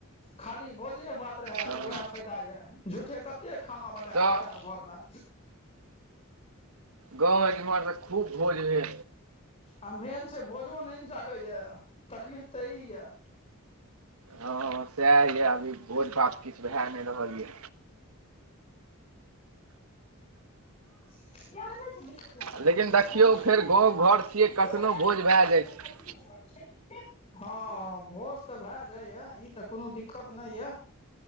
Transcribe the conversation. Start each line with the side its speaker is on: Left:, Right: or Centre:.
Left: खाली भोजे बात रहे
Right: हँ।
Left: ते वेएह फायदा येए झूठे कते खाना बनेए
Right: तऽ
Left: के खेएब घर मे।
Right: गाँव इम्हर त खूब भोज होइये।
Left: आ मेन छै भोजो नै ने जागैये तकलीफ त ई ये।
Right: हँ सेएह येए अभी भोज -भात किछ भेए नै रहल ये।
Left: त नहि
Right: लेकिन देखियौ
Left: छै
Right: फेर गाँव
Left: <inaudible>
Right: घर छियै कखनो भोज
Left: क
Right: भए जाइ छै
Left: <inaudible> हँ भोज त भेए जाइये इ त कोनो दिक्कत नै ये।